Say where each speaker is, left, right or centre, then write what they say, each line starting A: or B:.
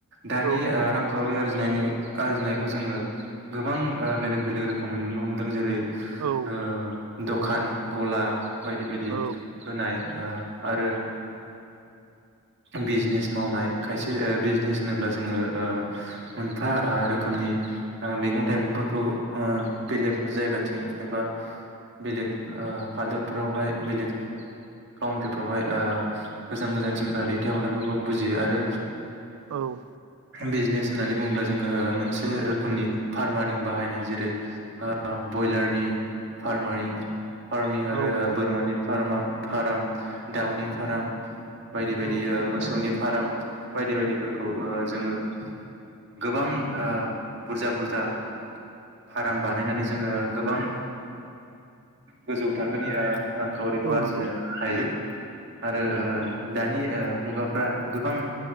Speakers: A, on the right; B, on the right.
A: दानि
B: औ नंगौ
A: रांखावरि आरजि रिनायनि आरजिनायखौ जोङो गोबां बेलेग बेलेग रोखोमै नुनो हमदों जेरै
B: औ
A: ओ दखान गला बायदि बायदि
B: औ
A: होनाय। आरो बिजनेस मावनाय खायसे बिजनेस होनोब्ला जोङो मोनफा रोखोमनि मैगं थाइगंफोरखौ बेलेग जायगाथिं एबा बेलेग हादरफ्रावहाय बेलेग काउन्ट्रिफ्रावहाय गोजान गोजानसिम थाइ हरनायफोरखौ बुजियो आरो
B: औ
A: बिजनेस होननानै बुङोब्ला जोङो मोनसे रोखोमनि फार्म बाहायनाय जेरै बयलारनि फार्मारिं फार्मिं
B: औ
A: आरो
B: नंगौ
A: बोरमानि फार्मा। फाराम दाउनि फाराम बाय दियो
B: औ
A: मोसौनि फार्म। बायदि बायदिफोरखौ, जोङो गोबां बुरजा बुरजा फार्म बानायनानै जोङो गोबां गोजौ थाखोनि ओ रांखावरिखौ
B: औ
A: आरजिनो
B: नंगौ
A: हायो। आरो दानि मुगाफ्रा गोबां